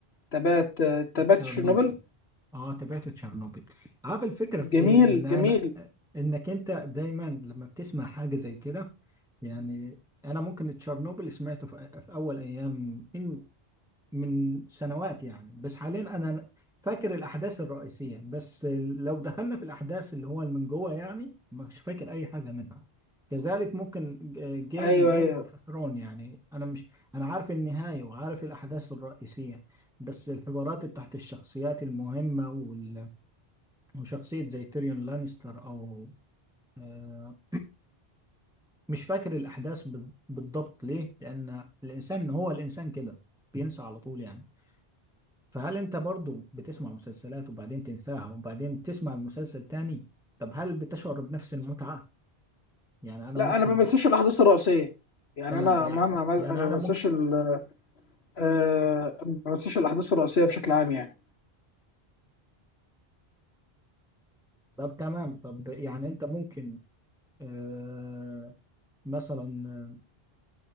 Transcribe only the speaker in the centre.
تشيرنوبل
اه تابعت تشيرنوبل عارف الفكره في
ايه ان انا
انك انت دايما لما بتسمع حاجه زي كده يعني انا ممكن تشيرنوبل سمعته في, في اول ايام من سنوات يعني بس حاليا انا فاكر الاحداث الرئيسيه بس لو دخلنا في الاحداث اللي هو من جوه يعني مش فاكر اي حاجه منها كذلك ممكن جيم
جيم
اوف ثرون يعني انا مش انا عارف النهايه وعارف الاحداث الرئيسيه بس الحوارات تحت الشخصيات المهمه وال... وشخصيه زي تيريون لانستر او آه، <clears throat> مش فاكر الاحداث بال- بالضبط ليه لان الانسان هو الانسان كده بينسى على طول يعني فهل انت برضو بتسمع مسلسلات وبعدين تنساها وبعدين تسمع المسلسل تاني طب هل بتشعر بنفس المتعة يعني انا
ممكن
تمام
يعني
يعني
انا
ممكن
طب تمام طب يعني انت ممكن آه مثلا آه،